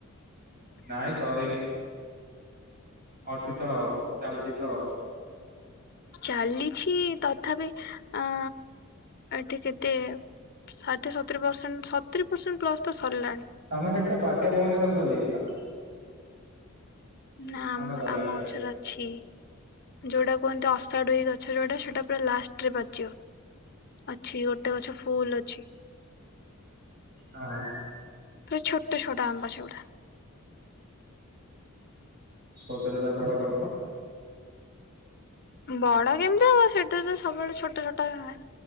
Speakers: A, on the right (about 45°); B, on the left (about 45°).
A: ନାଇଁ ସରିନି। ଅଛି ତ ଆଉ, ଚାଲିଛି ତ ଆଉ।
B: ଚାଲିଛି ତଥାପି ଅଁ ଏଠି କେତେ? ଷାଠିଏ, ସତୁରୀ ପରସେଣ୍ଟ, ସତୁରି ପରସେଣ୍ଟ ପ୍ଲସ୍ ତ ସରିଲାଣି।
A: ତମ ସେଇଠି ତ ବାତ୍ୟା ପବନରେ ସବୁ ସରିଯାଇଥିଲା।
B: ନା ଆମ,
A: ଆମେ ଗଲା
B: ଆମ
A: ରାତିରେ
B: ଗଛରେ ଅଛି, ଯୋଉଟା କୁହନ୍ତି ଅସାଡୋଇ ଗଛ ଯୋଉଟା ସେଟା ପୁରା ଲାଷ୍ଟରେ ପାଚିବ। ଅଛି ଗୋଟେ ଗଛ ଫୁଲ୍ ଅଛି।
A: <unintelligible>
B: ପୁରା ଛୋଟ ଛୋଟ ଆମ୍ୱ ସେଗୁଡ଼ା।
A: ଛୋଟ ଯୋଉଟା ବଡ଼ କରିଦଉନ।
B: ବଡ କେମିତି ହବ ସେଇଟା ତ ସବୁବେଳେ ଛୋଟ ଛୋଟ ହୁଏ।